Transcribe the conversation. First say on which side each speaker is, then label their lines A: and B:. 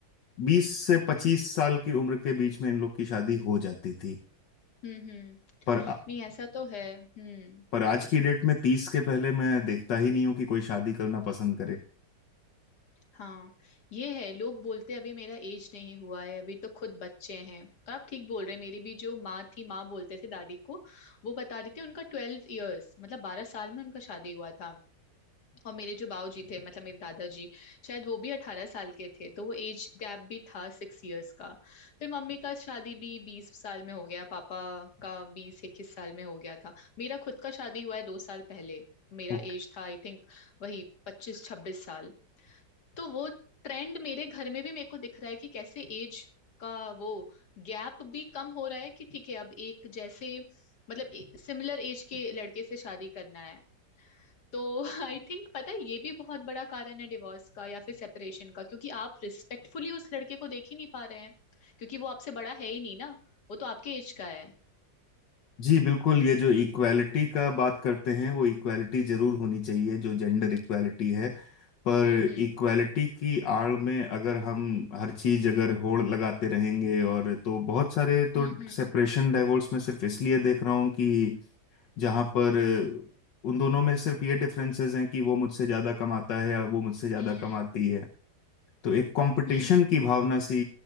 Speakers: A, on the left (about 75°); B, on the left (about 60°).
A: बीस से पच्चीस साल की उम्र के बीच में इन लोग की शादी हो जाती थी
B: हम्म हम्म
A: पर
B: नहीं ऐसा तो है हम्म
A: पर आज की डेट में तीस के पहले मैं देखता ही नहीं हूं कि कोई शादी करना पसंद करे
B: हाँ ये है लोग बोलते अभी मेरा एज नहीं हुआ है अभी तो खुद बच्चे हैं और आप ठीक बोल रहे हैं मेरी भी जो माँ थी माँ बोलते थे दादी को वो बता रही थी उनका ट्वेल्व इयर्स मतलब बारह साल में उनका शादी हुआ था और मेरे जो बाऊ जी थे मतलब मेरे दादाजी शायद वो भी अठारह साल के थे तो वो एज गैप भी था सिक्स इयर्स का फिर मम्मी का शादी भी बीस साल में हो गया पापा का बीस इक्कीस साल में हो गया था मेरा खुद का शादी हुआ है दो साल पहले मेरा
A: <laughs>
B: एज था आई थिंक वही पच्चीस छब्बीस साल तो वो ट्रेंड मेरे घर में भी मेरे को दिख रहा है कि कैसे एज का वो गैप भी कम हो रहा है कि ठीक है अब एक जैसे मतलब सिमिलर एज के लड़के से शादी करना है तो <laughs> आई थिंक पता है ये भी बहुत बड़ा कारण है डिवोर्स का या फिर सेपरेशन का क्योंकि आप रिस्पेक्टफुली उस लड़के को देख ही नहीं पा रहे हैं क्योंकि वो आपसे बड़ा है ही नहीं ना वो तो आपके एज का है
A: जी बिल्कुल ये जो इक्वालिटी का बात करते हैं वो इक्वालिटी जरूर होनी चाहिए जो जेंडर इक्वालिटी है पर
B: हम्म हम्म
A: इक्वालिटी की आड़ में अगर हम हर चीज अगर होड़ लगाते रहेंगे और तो बहुत सारे तो
B: हम्म
A: सेपरेशन डाइवोर्स में सिर्फ इसलिए देख रहा हूँ कि जहाँ पर उन दोनों में सिर्फ ये डिफरेंसेस हैं कि वो मुझसे ज्यादा कमाता है या वो मुझसे ज्यादा
B: हम्म
A: कमाती
B: हम्म
A: है तो एक कंपटीशन
B: हम्म
A: की भावना सी